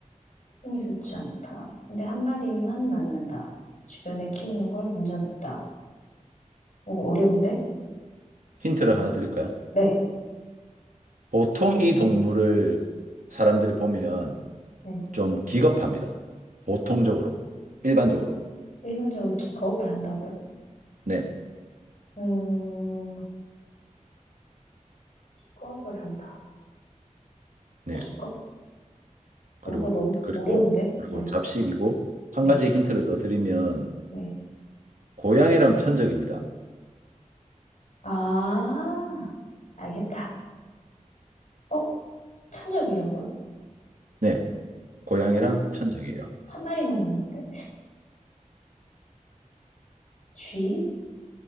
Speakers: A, on the left; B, on the right.
A: 흔히 좋지 않다. 근데 한 마리만 낳는다. 주변에 키우는 걸 본 적 있다. 오, 어려운데?
B: 힌트를 하나 드릴까요?
A: 네.
B: 보통 이 동물을 사람들이 보면
A: 네.
B: 좀 기겁합니다. 보통적으로, 일반적으로.
A: 일반적으로 기겁을 한다고요?
B: 네,
A: 음, 기겁을 한다.
B: 네.
A: 기겁?
B: 그리고,
A: 어, 이거 너무
B: 그리고,
A: 어려운데?
B: 그리고
A: 네.
B: 잡식이고, 한
A: 네.
B: 가지 힌트를 더 드리면,
A: 네.
B: 고양이랑 천적입니다.
A: 아, 알겠다. 어, 천적이라고요?
B: 네, 고양이랑
A: 한 마,
B: 천적이에요.
A: 한 마리만 낳는데? 쥐?